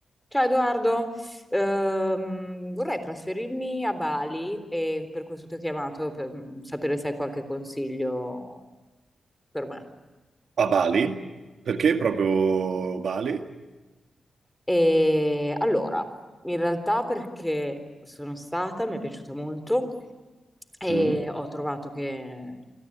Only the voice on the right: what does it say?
A Bali? Perché proprio Bali?
Mm.